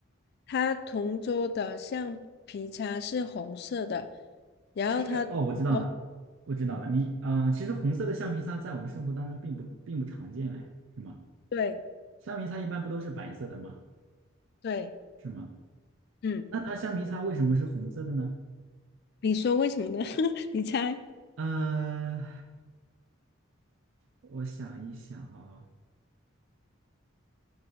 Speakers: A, on the left; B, on the right.
A: 他同桌的橡皮擦是红色的，然后他同桌，
B: 其实哦，我知道了，我知道了。
A: 嗯，
B: 你呃，其实红色的橡皮擦在我们生活当中并不并不常见，哎，是吗？
A: 对
B: 橡皮擦一般不都是白色的吗？
A: 对，
B: 是吗？
A: 嗯，
B: 那它橡皮擦为什么是红色的呢？
A: 你说为什么呢？<laughs> 你猜？
B: 呃，我想一想啊、